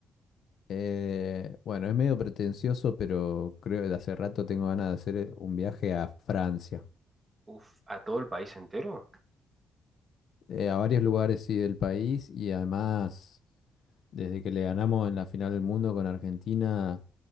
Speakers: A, on the left (about 65°); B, on the right (about 25°).
A: Eh, bueno, es medio pretencioso, pero creo que de hace rato tengo ganas de hacer eh, un viaje a Francia,
B: Uf, ¿a todo el país entero?
A: eh, a varios lugares sí del país y además desde que le ganamos en la final del mundo con Argentina,